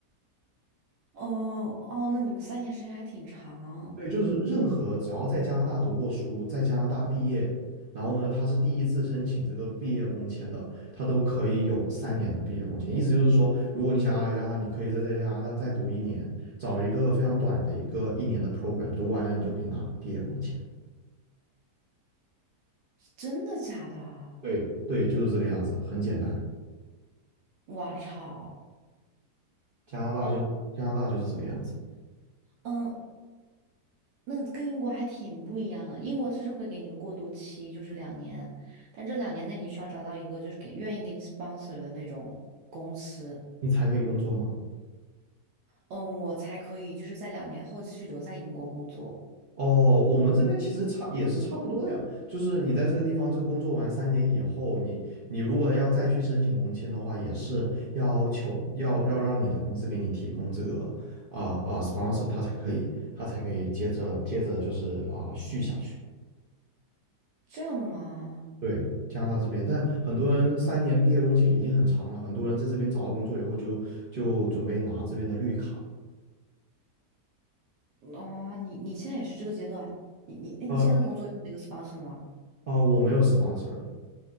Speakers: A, on the right; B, on the right.
A: 哦哦，那你们三年时间还挺长，
B: 对，就是任何只要在加拿大读过书，在加拿大毕业，然后呢，他是第一次申请这个毕业工签的，他都可以有三年的毕业工签。意思就是说，如果你想要来加拿大，你可以在在加拿大再读一年，找一个非常短的一个一年的 program，读完了你就可以拿毕业工签。
A: 真的假的啊？
B: 对对，就是这个样子，很简单。
A: 我操！
B: 加拿大就加拿大就是这个样子，
A: 哦，嗯那跟英国还挺不一样的。英国它是会给你一个过渡期，就是两年，但这两年内你需要找到一个就是给愿意给你 sponsor 的那种公司，
B: 你才可以工作吗？
A: 嗯，我才可以就是在两年后继续留在英国工作。
B: 哦，我们这边其实差也是差不多的呀，就是你在这个地方就工作完三年以后，你你如果要再去申请工签的话，也是要求要要让你的公司给你提供这个啊啊、sponsor，他才可以他才可以接着接着就是啊、续下去。
A: 这样的吗？
B: 对，加拿大这边，但很多人三年毕业工签已经很长了，很多人在这边找到工作以后就就准备拿这边的绿卡了。
A: 哦，你你现在也是这个阶段，你你那你现在的工作有那个
B: 呃
A: sponsor 吗？
B: 呃，我没有 sponsor 的，